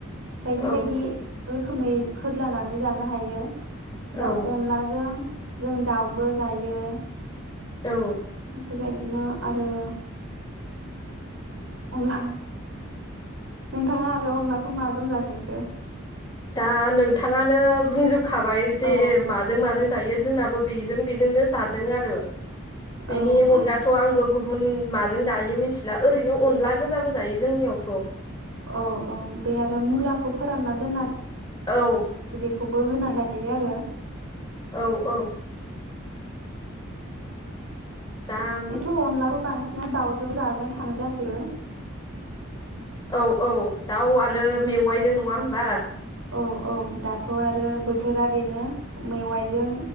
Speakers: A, on the right; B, on the left.
A: बायदि
B: औ
A: बायदि रोखोमै होदलानानै जानो हायो।
B: औ
A: दा अनलाजों जों दाउबो जायो
B: औ।
A: बेफोरबायदिनो आरो अनला नोंथाङा आरो अनलाखौ माजों जाफेरखो?
B: दा नोंथाङानो बुंजोब खाबाय जे
A: औ
B: माजों माजों जायो जोंनाबो बेजों बेजोंनो जादों आरो बिनि
A: औ
B: अनगाथ
A: औ
B: आंबो गुबुन माजों जायो मिथिला ओरैनो अनला गोजाबो जायो जोंनियावथ'
A: औ औ बे आरो मुलाखौ फोरानना दोननानै
B: औ
A: बेखौबो होनानै जायो आरो।
B: औ औ। दा
A: बेथ अनलाबो बांसिन <unintelligible> दाउजों जाजानाय थानो गाससिबो
B: औ औ दाउ आरो मेवाइजों नङा होनोमबा?
A: औ औ दाथ आरो बोथोरा बेनो मेवाइजों